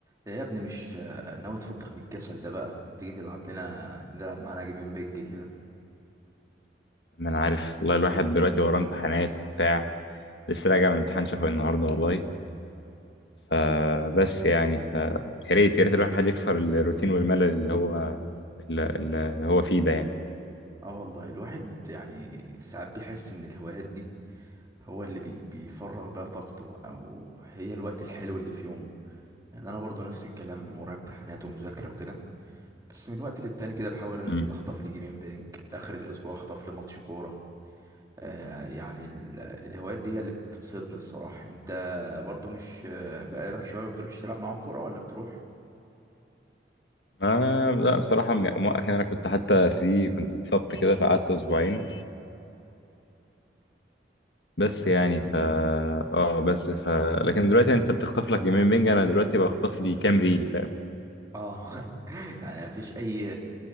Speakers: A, on the right; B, on the left.
A: يا ابني مش ناوي تفضخ من الكسل ده بقى وتيجي تلعب لنا نلعب معانا جيمين بينج كده
B: ما انا عارف والله الواحد دلوقتي وراه امتحانات وبتاع لسه راجع من امتحان شفوي النهارده والله فبس يعني ف يا ريت يا ريت الواحد يكسر الروتين والملل اللي هو اللي اللي هو فيه ده يعني
A: اه والله الواحد يعني ساعات بيحس ان الهوايات دي هو اللي بي بيفرغ بيها طاقته او هي الوقت الحلو اللي في يومه يعني انا برضو نفس الكلام ورايا امتحانات ومذاكرة وكده بس من وقت للتاني كده بحاول انزل
B: امم
A: اخطف لي جيمين بينج اخر الاسبوع اخطف لي ماتش كورة آه يعني ال- الهوايات دي هي اللي بتبسطني الصراحة انت برضو مش آه، بقالك شوية ما بتروحش تلعب معاهم كورة ولا بتروح؟
B: ما لا بصراحه م- موقف يعني انا كنت حتى في كنت اتصبت كده فقعدت اسبوعين بس
A: مم.
B: يعني ف اه بس ف لكن دلوقتي انت بتخطف لك جيمين بينج انا دلوقتي بخطف لي كام ريل فاهم
A: اه <laughs> يعني مفيش اي